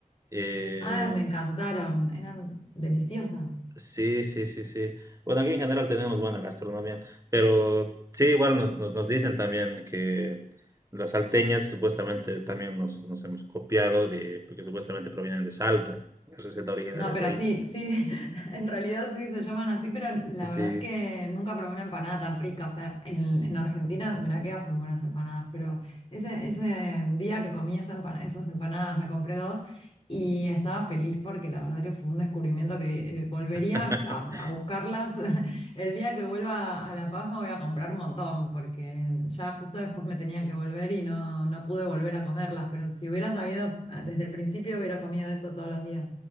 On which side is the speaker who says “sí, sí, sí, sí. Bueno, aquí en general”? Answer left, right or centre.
Right